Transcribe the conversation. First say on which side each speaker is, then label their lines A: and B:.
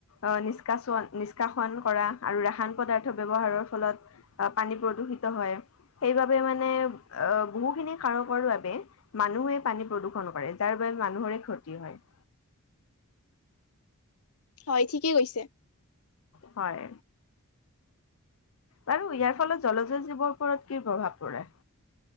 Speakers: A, on the left; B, on the left.
A: আ নিষ্কাচন- নিষ্কাশন কৰা আৰু ৰাসায়ন পদাৰ্থ ব্যৱহাৰৰ ফলত অ', পানী প্ৰদূষিত হয়। সেইবাবে মানে অ, বহুখিনি কাৰকৰ বাবে মানুহেই পানী প্ৰদূষণ কৰে যাৰ বাবে মানুহৰে ক্ষতি হয়। <inaudible>
B: হয়, ঠিকেই কৈছে।
A: হয়। বাৰু ইয়াৰ ফলত জলজ জীৱৰ ওপৰত কি প্ৰভাৱ পৰে?